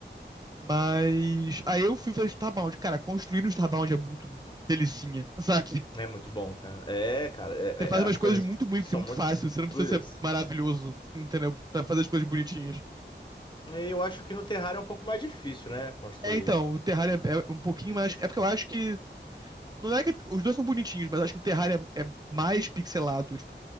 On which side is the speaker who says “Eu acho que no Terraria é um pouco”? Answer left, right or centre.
Left